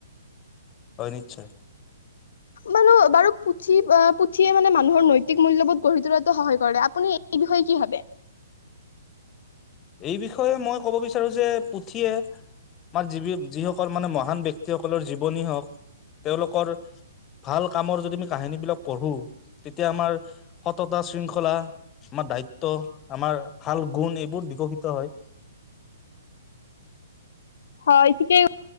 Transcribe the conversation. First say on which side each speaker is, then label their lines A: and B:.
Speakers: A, on the left (about 25°); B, on the left (about 60°).
A: হয় নিশ্চয়।
B: মানুহ বাৰু পুঠি বা পুথিয়ে মানে মানুহৰ নৈতিক মূ্ল্যবোধ গঢ়ি তোলাতো সহায় কৰে আপুনি এই বিষয়ে কি ভাবে?
A: এই বিষয়ে মই ক'ব বিচাৰো যে পুথিয়ে আমাৰ যিবি যিসকল মানে মহান ব্যক্তিসকলৰ জীৱনী হওক তেওঁলোকৰ ভাল কামৰ যদি আমি কাহিনীবিলাক পঢ়ো তেতিয়া আমাৰ সত ততা শৃংখলা, আমাৰ দায়িত্ব, আমাৰ ভাল গুণ এইবোৰ বিকশিত হয়।
B: হয়, ঠিকেই